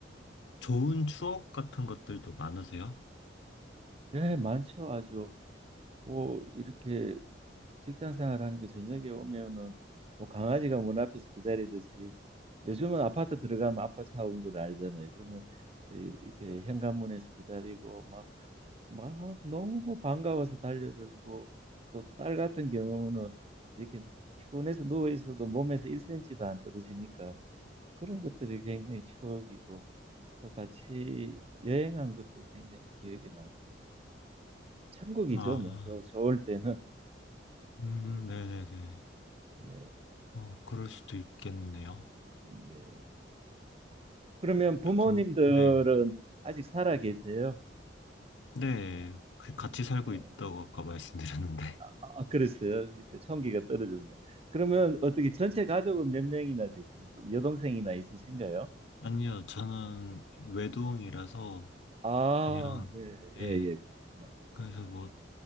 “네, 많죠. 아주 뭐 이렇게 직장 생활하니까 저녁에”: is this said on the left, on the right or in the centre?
Right